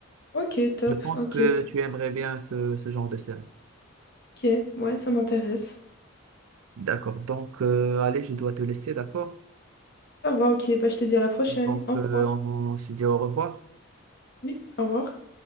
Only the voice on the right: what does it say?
Je pense
que tu aimerais bien ce, ce genre de série.
D'accord, donc euh, allez, je dois te laisser, d'accord?
Donc
euh,
on on se dit au revoir.